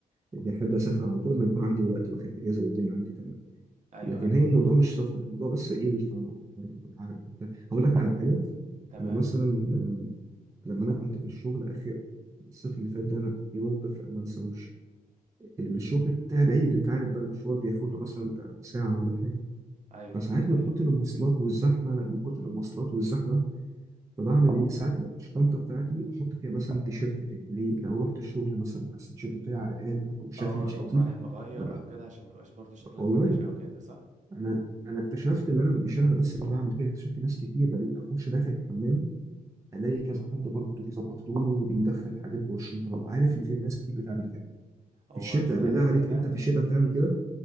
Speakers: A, on the right; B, on the right.
A: بحب اسافر على طول لما يكون عندي وقت واخد اجازه والدنيا عندي تمام
B: ايوه
A: لكن
B: ايوه
A: هي الموضوع مش سفر الموضوع بس ايه الفر الفر والعرق وبتاع هقول لك على حاجه
B: تمام
A: انا مثلا لما انا كنت في الشغل اخر الصيف اللي فات ده انا في موقف ما انساهوش الشغل بتاعي بعيد انت عارف بقى المشوار بياخد له مثلا بتاع ساعه ولا حاجه
B: ايوه
A: فساعات
B: ايوه دي حقيقه
A: من كتر المواصلات والزحمه من كتر المواصلات والزحمه فبعمل ايه ساعات بقى الشنطه بتاعتي بحط فيها مثلا تيشيرت تاني ليه لو رحت الشغل مثلا وحسيت التيشيرت بتاعي عرقان او شكلي
B: اه
A: مش
B: تقوم
A: لطيف
B: رايح مغير
A: ما بحط
B: او كده عشان ما يبقاش برضو شكلك
A: والله
B: وحش او كده صح
A: انا انا اكتشفت ان انا مش انا بس اللي بعمل كده اكتشفت ناس كتير بلاقي اخش داخل الحمام الاقي كذا حد برضه بيظبط هدومه وبيدخل حاجات جوه الشنطه ببقى عارف ان في ناس كتير بتعمل كده في
B: هو
A: الشتاء
B: انت
A: بالله
B: انت
A: عليك
B: فعلا
A: انت في الشتاء بتعمل كده